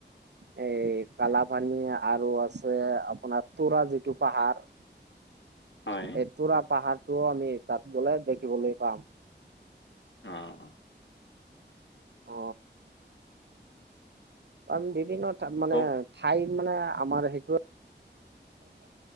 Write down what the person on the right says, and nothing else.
এই কালাপানী আৰু আছে আপোনাৰ তোৰা যিটো পাহাৰ
এই তোৰা পাহাৰটোও আমি তাত গ'লে দেখিবলৈ পাম।
অ <unintelligible> বিভিন্ন মানে
ঠাই মানে আমাৰ সেইটো